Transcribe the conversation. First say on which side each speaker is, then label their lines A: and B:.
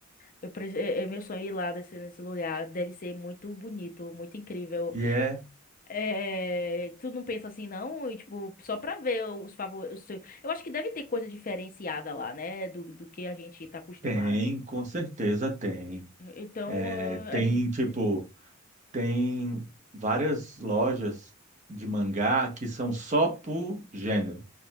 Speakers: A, on the left (about 40°); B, on the right (about 35°).
A: Eu, preci- é, é meu sonho ir lá desse nesse lugar. Deve ser muito bonito, muito incrível.
B: E é.
A: É, tu não pensa assim, não? E, tipo, só pra ver os favores. Eu acho que deve ter coisa diferenciada lá, né? Do, do que a gente tá acostumado.
B: Tem, com certeza tem.
A: Então,
B: É,
A: a
B: tem,
A: gente.
B: tipo, tem várias lojas de mangá que são só por gênero.